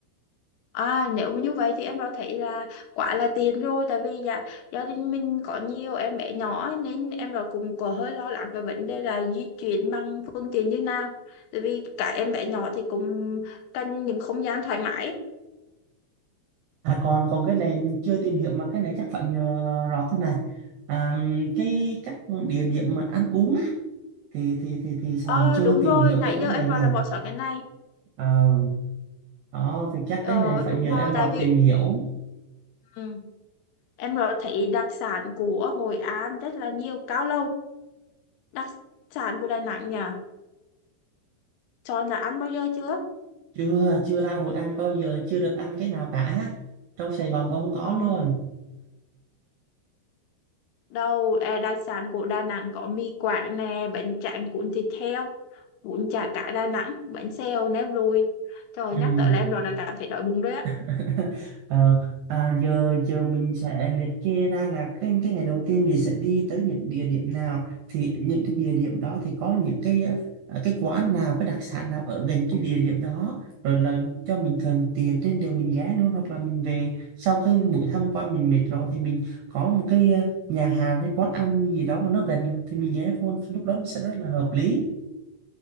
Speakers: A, on the left (about 80°); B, on the right (about 80°).
A: à nếu mà như vậy thì em đã thấy là quá là tiền rồi tại vì gia, gia đình mình có nhiều em bé nhỏ ấy, nên em đã cũng có hơi lo lắng về vấn đề là di chuyển bằng phương tiện như nào tại vì cả em bé nhỏ thì cũng cần những không gian thoải mái ấy.
B: à còn còn cái này chưa tìm hiểu mà cái này chắc phải nhờ rõ thôi nè à, cái các địa điểm mà ăn uống á, thì thì thì thì Sòn
A: Ờ
B: chưa
A: đúng
B: tìm
A: rồi,
B: hiểu
A: nãy
B: tới vấn
A: giờ em
B: đề này
A: rồi là bỏ sót cái này.
B: Ờ, đó thì chắc
A: Ờ
B: cái này phải
A: đúng
B: nhờ
A: rồi,
B: em
A: tại
B: Rọt
A: vì
B: tìm hiểu
A: ừ, em rồi thấy đặc sản của Hội An rất là nhiều cao lầu. Đặc sản của Đà Nẵng nhỉ? Cho là ăn bao giờ chưa?
B: chưa chưa ra Hội An bao giờ chưa được ăn cái nào cả trong Sài Gòn cũng không có
A: Ờ
B: luôn
A: đâu, à, đặc sản của Đà Nẵng có mì Quảng nè, bánh tráng cuốn thịt heo, bún chả cá Đà Nẵng, bánh xèo, nem lùi. Trời
B: ừ
A: nhắc tới là em rồi là cảm thấy đói bụng đấy á.
B: <laughs> Ờ, à, giờ giờ mình sẽ liệt kê ra là cái cái ngày đầu tiên mình sẽ đi tới những địa điểm nào thì những cái địa điểm đó thì có những cái ờ, cái quán nào cái đặc sản nào ở gần cái địa điểm đó rồi là cho mình thuận tiền trên đường mình ghé luôn hoặc là mình về sau khi buổi tham quan mình mệt rồi thì mình có một cái ờ, nhà hàng hay quán ăn gì đó mà nó gần thì mình ghé luôn lúc đó nó sẽ rất là hợp lý